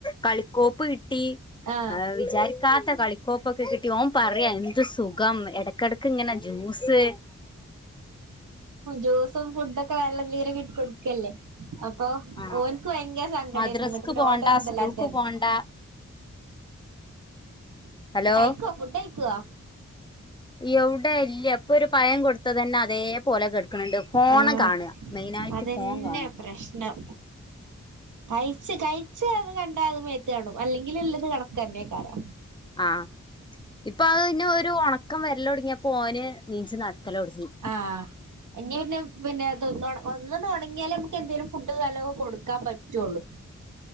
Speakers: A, on the left; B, on the right.
A: കളിക്കോപ്പ് കിട്ടി
B: ആ
A: അ വിചാരിക്കാത്ത കളി കോപ്പൊക്കെ കിട്ടി ഓൻ പറയാ എന്ത് സുഖാന്ന് ഇടക്കിടക്ക് ഇങ്ങനെ ജ്യൂസ്
B: ജൂസും ഫുഡൊക്കെ വല്ല വീ കൊടു ഒക്കല്ലേ അപ്പൊ
A: ആഹ്
B: ഓനക്ക് ഭയങ്കര സങ്കടാരുന്നു
A: മദ്രസ്ക്ക്
B: ഇങ്ങോട്ട്ന്നെ
A: പോണ്ട
B: ഓന്റെത് എന്തല്ലാത്തരുന്നു
A: സ്കൂൾക്ക് പോണ്ട ഹലോ
B: കഴിക്കുവാ ഫുഡ് കഴിക്കുവാ
A: യോവിടെ ല്ല ഇപ്പൊ ഒരു പയം കൊടുത്ത് ത്ത തന്നെ അതേപോലെ കെടുക്കണണ്ട് ഫോൺ
B: ആഹ്
A: കാണുക മെയിന് ആയിട്ട്
B: അതന്നെ
A: ഫോൺ കാണുക
B: പ്രശ്നം കയിച്ച് കയിച് അത് കണ്ടാത് മേത്ത് കാണും അല്ലെങ്കിൽ ഉള്ളത് കണക്ക് ന്നെ ക്കാരാ
A: ആഹ് ഇപ്പൊ അത് ഇന്ന ഒരു ഉണക്കം വെരല് ഒടിങ്ങിയപോ ഓന് ണീച്ച് നടക്കലുടങ്ങി
B: ആഹ് ഇനി പിന്നെ പിന്നെ അതന്ന് ഒന്ന് തുടങ്ങിയാലേ നമുക്ക് എന്തേലും ഫുഡ് വല്ലക്കെ കൊടുക്കാൻ പറ്റുവുള്ളൂ.